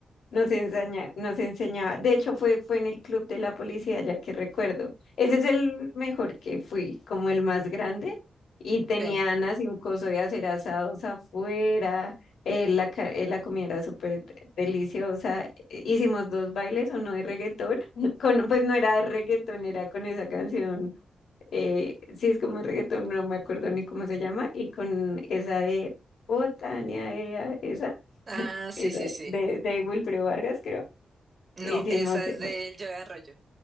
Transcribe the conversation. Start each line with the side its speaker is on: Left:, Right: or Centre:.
Left: nos enseña, nos enseñaba, de hecho fue, fue en el club de la policía, ya que recuerdo, ese es el mejor que fui, como el más grande, y tenían
Right: sí.
Left: así un coso de hacer asados afuera, eh, la, ca- eh, la comida era súper deliciosa eh, hicimos dos bailes, uno de reggaetón, <laughs> con, pues no era de reggaetón, era con esa canción, eh, sí es como de reggaetón, no me acuerdo ni cómo se llama, y con esa de Botania, ea, esa,
Right: Ah,
Left: <laughs>
Right: sí,
Left: esa
Right: sí, sí.
Left: de, de Wilfrido Vargas, creo,
Right: No,
Left: hicimos,
Right: esa
Left: de-
Right: es del Yo de Arroyo.